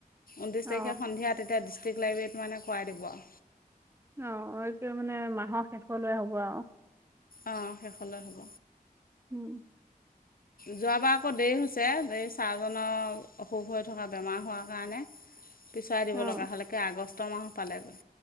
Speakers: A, on the left; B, on the right.
A: ঊনত্ৰিছ
B: অ
A: তাৰিখে
B: অ
A: সন্ধিয়া তেতিয়া ডিষ্ট্ৰিক লাইবেৰিয়া কৰাই দিব আও
B: অ এইটোৱে মানে মাহৰ শেষ লৈ হ'ব আউ
A: অঁ শেষলৈ হ'ব
B: উম
A: যোৱাবাৰ আকৌ দেৰি হৈছে দেৰি ছাৰজনৰ অসুখ হৈ থকা বেমাৰ হোৱাৰ কাৰণে পিছুৱাই দিব
B: অ
A: লগা হল একে আগষ্ট মাহ পালেগৈ